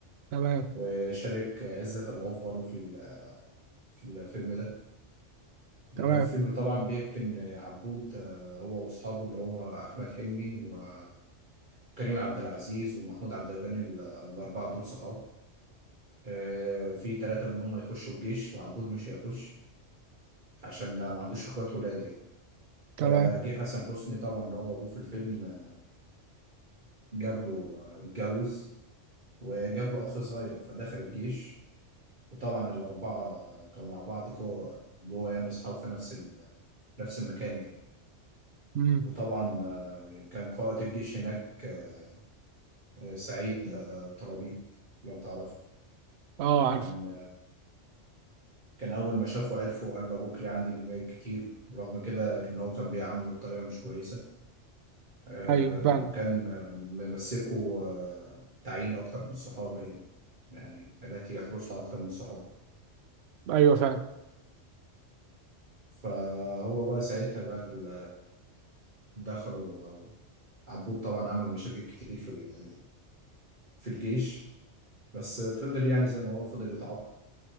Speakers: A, on the right; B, on the right.
A: تمام
B: وشارك عزت أبو عوف برضه في ال- في الفيلم ده
A: تمام
B: الفيلم طبعا بيحكي ان عبود آه، هو واصحابه اللي هو احمد حلمي وكريم عبد العزيز ومحمود عبد الغني ال- الاربعه دول صحاب آه، في ثلاثة منهم هيخشوا الجيش وعبود مش هيخش عشان ده ما عندوش اخوات ولاد يعني فجه
A: تمام
B: حسن حسني طبعا اللي هو ابوه في الفيلم آه، جاب له آه، اتجوز وجاب له اخ صغير فدخل الجيش وطبعا الاربعة آه، كانوا مع بعض جوه جوه يعني اصحاب في نفس ال... نفس المكان يعني
A: مم.
B: وطبعا آه، كان قائد الجيش هناك آه، آه، سعيد آه، طرابيق لو تعرفه
A: اه عارف
B: كان كان أول ما شافه عرفه وقال له أبوك ليه عندي جماهير كتير رغم كده كان هو كان بيعامله بطريقة مش كويسة آه
A: ايوه فعلا
B: وكان آه، ممسكه آه تعيين أكتر من الصحابة يعني يعني حاجات يحرسها أكتر من الصحابة
A: ايوه فعلا
B: فهو بقى ساعتها بقى ال- دخلوا آه، عبود طبعا عمل مشاكل كتير في ال- في الجيش بس فضل يعني زي ما هو فضل يتعاقب